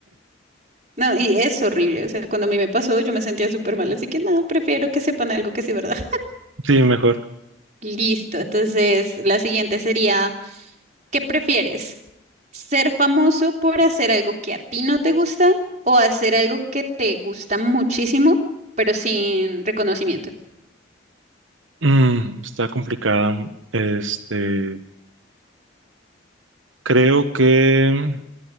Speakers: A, on the right; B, on the right.
A: No, y es horrible. O sea, cuando a mí me pasó, yo me sentía súper mal. Así que no, prefiero que sepan algo que sí, ¿verdad?
B: Sí, mejor.
A: <laughs> Listo. Entonces, la siguiente sería, ¿qué prefieres? ¿Ser famoso por hacer algo que a ti no te gusta o hacer algo que te gusta muchísimo, pero sin reconocimiento?
B: Mm, está complicada. Este, creo que